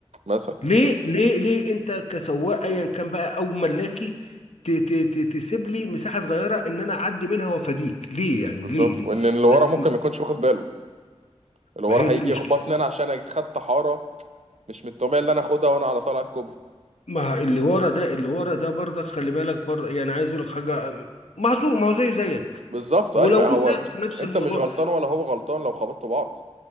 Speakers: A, on the right; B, on the left.
A: مثلا
B: ليه ليه ليه انت كسواق ايا كان بقى او ملاكي ت- ت- ت- تسيب لي مساحه صغيره ان انا اعدي منها وافاديك ليه يعني
A: بالظبط
B: ليه ليه
A: وان اللي ورا
B: ما
A: ممكن
B: ما-
A: ما يكونش واخد باله اللي
B: ما
A: ورا
B: هي
A: هيجي
B: دي المشكله
A: يخبطني انا عشان أنا خدت حارة مش من الطبيعي اللي انا اخدها وانا على طالع الكوبري
B: ما اللي ورا ده اللي ورا ده برضك خلي بالك برضك يعني عايز اقول لك حاجه أم، معصوم ما هو زيه زيك
A: بالظبط
B: ولو
A: ايوه هو
B: انت في نفس
A: انت
B: الموضوع
A: مش غلطان ولا هو غلطان لو خبطتوا بعض